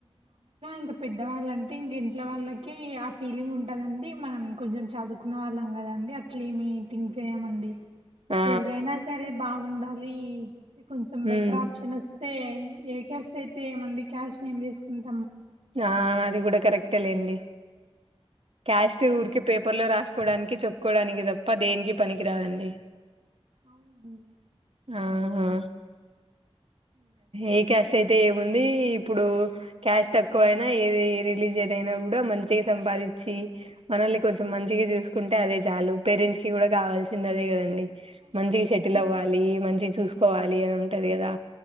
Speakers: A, on the right; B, on the right.
A: ఇంకా పెద్దవాళ్ళ అంటే ఇంక ఇంట్లో వాళ్ళకి ఆ ఫీలింగ్ ఉంటదండి మనం కొంచెం చదువుకున్న వాళ్ళం కదండి అట్లే ఏమి థింక్ చేయమండి
B: ఆ
A: ఎవరైనా సరే బాగుండాలి కొంచెం బెటర్
B: ఉమ్
A: ఆప్ నస్తే ఏ కాస్ యితే ఏమండి క్యాస్ట్ ని ఏం చేసుకుంటమ్
B: ఆ అది కూడా కరెక్టే లేండి క్యాస్ట్ ఊరికిే పేర్ పర్లో రాసుకోవడానికి చెప్పుకోవడానికి తప్ప దేనికి పనికి రాదండి
A: అవునండి
B: ఆ హా ఏ క్యాస్ట్ అయితే ఏముంది ఇప్పుడు క్యాస్ట్ తక్కువ ఎక్కువైనా ఏది ఏ రిలీజియన్ అయినా కూడా మంచిగా సంపాదించి మనల్ని కొంచెం మంచిగా చూసుకుంటే అదే చా చాలు పేరెంట్స్ కి కూడా కావాల్సిందదే కదండి
A: అదే
B: మంచిగ
A: కదండి
B: సెటిల్ అవ్వాలి మంచిగా చూసు పోవాలి అని ఉంటాది కదా